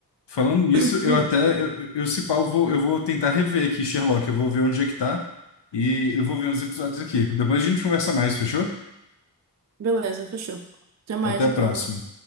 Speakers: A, on the left (about 80°); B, on the right (about 40°).
A: falando nisso,
B: <clears throat>
A: eu
B: Hum,
A: até, eu, eu eu, se pau, vou, eu vou tentar rever aqui Sherlock. Eu vou ver onde é que tá e eu vou ver uns episódios aqui. Depois a gente conversa mais, fechou?
B: beleza, fechou. Até mais
A: Até a
B: então.
A: próxima.